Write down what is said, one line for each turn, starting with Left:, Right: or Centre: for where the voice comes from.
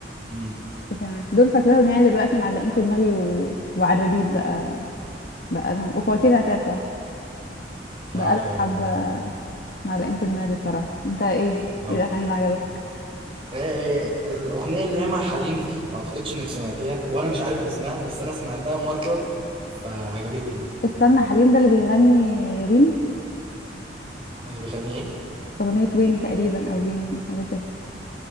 Right: امم
Left: ايه كمان دول فاكراهم يعني دلوقتي معلقين في دماغي و... وعلى الريبيت بقى بقى لهم وفواتير العتاب صح بقى
Right: اه آه.
Left: لهم حبة معلقين في دماغي بصراحة انت ايه
Right: آه.
Left: ايه الأغاني اللي عجبتك
Right: آه، الأغنية اللي هي مع حليم دي ما أعتقدش إنك سمعتيها وأنا مش عارف اسمها بس أنا سمعتها مرة فعجبتني
Left: استنى حليم ده اللي بيغني وين
Right: اللي بيغني إيه؟
Left: أغنية وين تقريبا أو وين حاجة كده